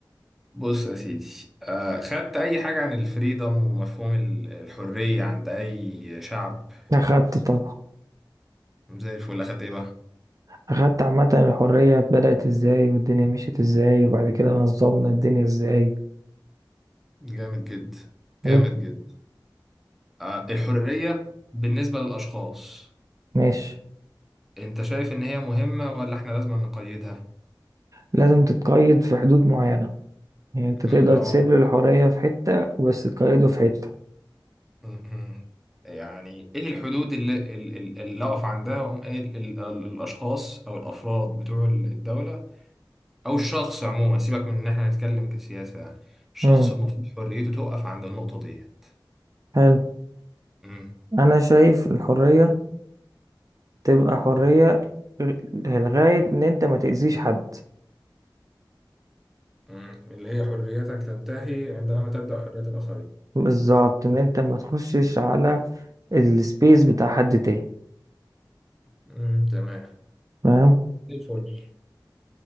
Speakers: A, in the centre; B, on the right.
A: بص يا سيدي آه، خدت اي حاجه عن الفريدم ومفهوم ال- الحريه عند اي شعب
B: أخدت طبعا
A: زي الفل اخدت ايه بقى
B: أخدت عامة الحرية بدأت إزاي والدنيا مشيت إزاي وبعد كده نظمنا الدنيا إزاي
A: جامد جدا
B: حلو
A: جامد جدا آه، الحريه بالنسبه للاشخاص
B: ماشي
A: انت شايف ان هي مهمه ولا احنا لازم نقيدها
B: لازم تتقيد في حدود معينة يعني أنت
A: مم.
B: تقدر
A: اه
B: تسيب لي الحرية في حتة بس تقيده في حتة
A: مم. يعني ايه الحدود اللي ال- ال- اللي اقف عندها واقوم قايل ال- ال- الاشخاص او الافراد بتوع ال- الدوله او الشخص عموما سيبك من ان احنا نتكلم كسياسه يعني الشخص
B: مم.
A: المفروض حريته تقف عند النقطه ديت
B: حلو
A: مم.
B: أنا شايف الحرية تبقى حرية لغاية إن أنت ما تأذيش حد
A: مم. اللي هي حريتك تنتهي عندما تبدأ حرية الآخرين
B: بالظبط ان انت ما تخشش على السبيس بتاع حد تاني
A: مم. تمام
B: فاهم
A: الفل